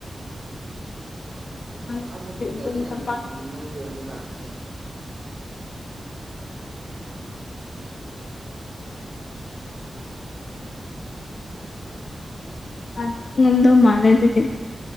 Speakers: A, on the left (about 55°); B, on the right (about 60°).
A: ꯅꯠꯇꯦ ꯅꯪꯗꯤ
B: ꯈꯪꯕꯒꯨꯝ ꯇꯧꯋꯤ
A: ꯑꯗꯨꯝ
B: ꯅꯪ
A: ꯇꯝꯄꯥꯛ
B: ꯃꯣꯏꯔꯣꯝꯗ ꯂꯥꯛꯄꯁꯦ
A: ꯎꯝ ꯍꯥꯟꯅ ꯈꯪꯉꯝꯗꯧ ꯃꯥꯜꯂꯦ ꯑꯗꯨꯗꯤ